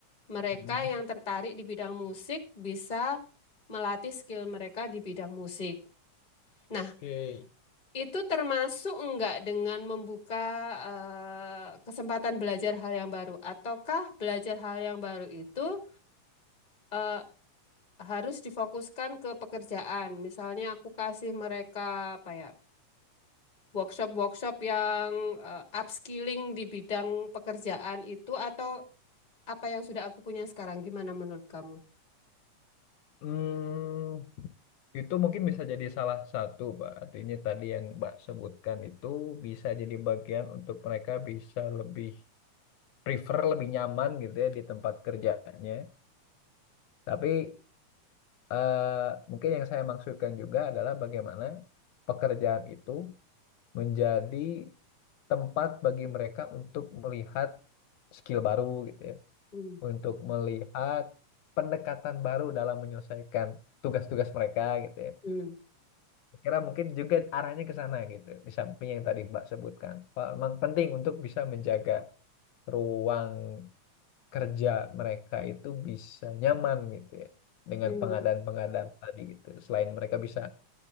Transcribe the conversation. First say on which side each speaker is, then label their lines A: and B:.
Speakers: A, on the left; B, on the left.
A: mereka
B: Mm.
A: yang tertarik di bidang musik bisa melatih skill mereka di bidang musik. Nah,
B: Oke.
A: itu termasuk enggak dengan membuka eh, kesempatan belajar hal yang baru, ataukah belajar hal yang baru itu eh, harus difokuskan ke pekerjaan? Misalnya aku kasih mereka apa ya? workshop-workshop yang eh, upskilling di bidang pekerjaan itu atau apa yang sudah aku punya sekarang? Gimana menurut kamu?
B: Hmm, Itu mungkin bisa jadi salah satu, Pak. Artinya tadi yang Mbak sebutkan itu bisa jadi bagian untuk mereka bisa lebih prefer, lebih nyaman gitu ya di tempat kerjanya. Tapi eh, mungkin yang saya maksudkan juga adalah bagaimana pekerjaan itu menjadi tempat bagi mereka untuk melihat skill baru gitu ya,
A: Hmm,
B: untuk melihat pendekatan baru dalam menyelesaikan tugas-tugas mereka gitu ya.
A: hmm,
B: kira mungkin juga arahnya ke sana gitu di samping yang tadi Mbak sebutkan Wah, memang penting untuk bisa menjaga ruang kerja mereka itu bisa nyaman gitu ya dengan
A: hmm.
B: pengadaan-pengadaan tadi gitu selain mereka bisa